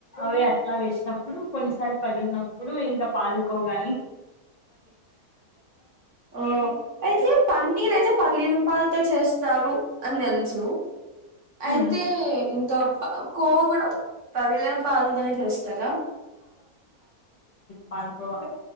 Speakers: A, on the left; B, on the right.
A: అవే అట్లా వేస్తాం ప్పుడు కొన్నిసార్లు పగిలినప్పుడు ఇంకా పాల్కోవ్ గాలి
B: ఓ ఐతే పన్నీర్ ఐ తే పగిలిన పాలతో చేస్తారు అని తెలుసు ఐతే
A: ఉమ్
B: ఇంకా కోవా కూడా పగిలిన పాలు లోనే చేస్తారా
A: పాల్కోవా